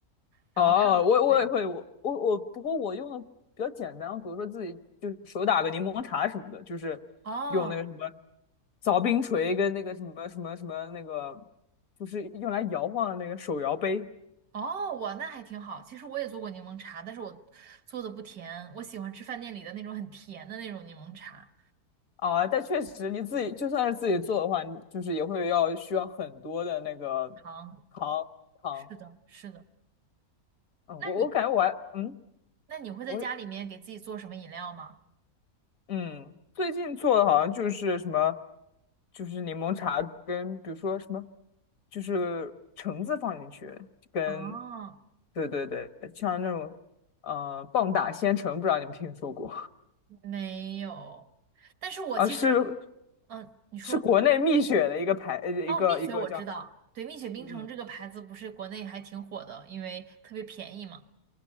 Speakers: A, on the right; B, on the left.
A: 然后看，
B: 哦，我我也会，
A: 对，
B: 我我我，不过我用的比较简单，比如说自己就是手打个柠檬茶什么的，就是用那个什么
A: 哦
B: 凿冰锤跟那个什么什么什么那个，就是用来摇晃的那个手摇杯
A: 哦，我那还挺好。其实我也做过柠檬茶，但是我做的不甜，我喜欢吃饭店里的那种很甜的那种柠檬茶，
B: 啊。但确实你自己就算是自己做的话，你就是也会要需要很多的那个
A: 糖。
B: 糖糖。
A: 是的，是的。
B: 嗯，
A: 那你？
B: 我我感觉我还嗯，
A: 那你会在家里面给自己做什么饮料吗？
B: 我嗯，最近做的好像就是什么，就是柠檬茶跟比如说什么，就是橙子放进去，跟，
A: 啊，
B: 对对对，像那种，呃，棒打鲜橙，不知道你们听说过
A: 没有。但是我其实很，
B: 啊？是
A: 嗯，你说，
B: 是国内蜜雪的一个牌，呃一个一个叫，
A: 哦，蜜雪我知道，对，蜜雪冰城这个牌子不是国内还挺火的，
B: 嗯嗯，
A: 因为特别便宜嘛。